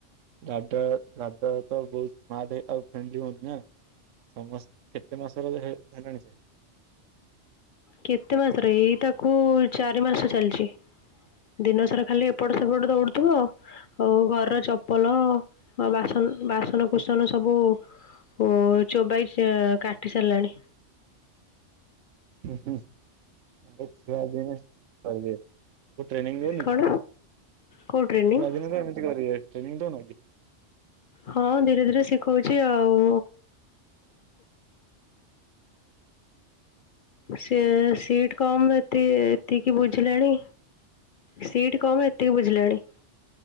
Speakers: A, on the right (about 85°); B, on the left (about 60°).
A: ଦାଦା-ଦାଦା ତ ବହୁତ୍ ସ୍ମାର୍ଟ ଆଉ ଫ୍ରେଣ୍ଡଲି ମଧ୍ୟ <unintelligible> କେତେ ମାସର ହେ ହେଲାଣି ସେ
B: କେତେ ମାସର ଏଇ ତାକୁ ଚାରି ମାସ ଚାଲ୍ଚି। ଦିନସାରା ଖାଲି ଏପଟ ସେପଟ ଦୌଡ଼ୁଥିବ ଆଉ ଘରର ଚପଲ ଆଉ ବାସନ-ବାସନ କୁସନ ସବୁ ଓ ଚୋବାଇ ସେ କାଟି ସାରିଲାଣି।
A: ହୁଁ-ହୁଁ <unintelligible> ଛୁଆ ଦିନେ କରିବେ ତୁ ଟ୍ରେନିଂ ଦଉନୁ
B: କ'ଣ
A: କି?
B: କେଉଁ ଟ୍ରେନିଂ
A: ଛୁଆ ଦିନେ ତ ଏମିତି କରିବେ, ଟ୍ରେନିଂ ଦଉନା କି?
B: ହଁ ଧୀରେ-ଧୀରେ ଶିଖୋଉଚି ଆଉ। ସେ ସିଟ୍, କମ୍ ଏତେ ଏତିକି ବୁଝିଲେଣି? ସିଟ୍ କମ୍ ଏତିକି ବୁଝିଲେଣି।